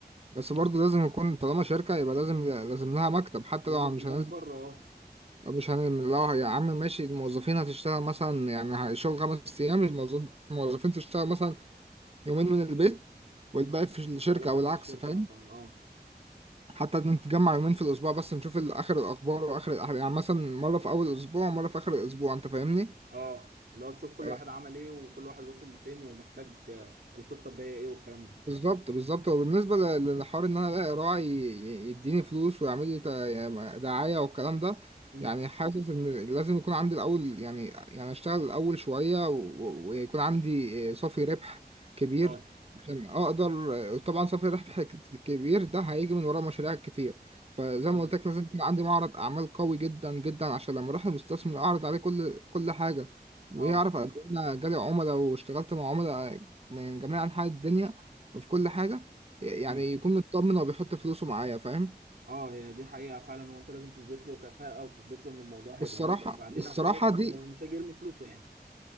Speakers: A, on the right; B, on the right.
A: بس برضه لازم يكون طالما شركه يبقى لازم لازم لها مكتب حتى
B: لازم
A: لو
B: اللي
A: مش هننزل
B: هو مقر اه
A: مش هن... لو يا عم ماشي الموظفين هتشتغل مثلا يعني شغل خمس ايام الموظف- الموظفين تشتغل مثلا يومين من البيت والباقي في الشركه
B: والثلاثه
A: او
B: من
A: العكس
B: الشركه
A: فاهم
B: مثلا اه
A: حتى نتجمع يومين في الأسبوع بس نشوف ال- آخر الأخبار وآخر الأحداث يعني مثلا مرة في أول الأسبوع ومرة في آخر الأسبوع أنت فاهمني؟
B: اه اللي هو تشوف كل
A: آه.
B: واحد عمل ايه وكل واحد وصل لفين ومحتاج آه، الخطه الجايه ايه والكلام ده
A: بالظبط بالظبط وبالنسبة ل- للحوار ان انا الاقي راعي ي- يديني فلوس ويعمل لي تا- يعني دعاية والكلام ده
B: امم
A: يعني حاسس ان لازم يكون عندي الاول يعني يعني اشتغل الاول شوية و- ويكون عندي آه، صافي ربح كبير
B: اه
A: عشان اقدر طبعا صافي ربح ك- كبير ده هيجي من ورا مشاريع كتير فزي
B: تمام
A: ما قلت لك لازم يكون عندي معرض اعمال قوي جدا جدا عشان لما اروح المستثمر اعرض عليه كل كل حاجة ويعرف
B: اه
A: قد ايه انا جالي عملاء واشتغلت مع عملاء من جميع انحاء الدنيا في كل حاجة يعني
B: امم
A: يكون مطمن وبيحط فلوسه معايا فاهم
B: اه هي دي حقيقه فعلا وانت لازم تثبت له كفاءه وتثبت له ان الموضوع هيبقى
A: والصراحة
B: مربح بعدين
A: والصراحة
B: عشان يقدر
A: دي
B: مش هيجي يرمي فلوسه يعني